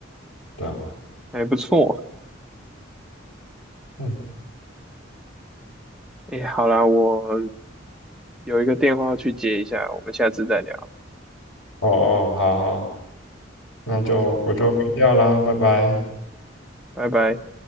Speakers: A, on the left; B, in the centre.
A: 对啊，
B: 还不错。
A: 嗯，
B: 哎，好啦，我有一个电话去接一下，我们下次再聊。
A: 哦哦，好好，那就我就关掉啦，
B: 好。
A: 拜拜。
B: 拜拜。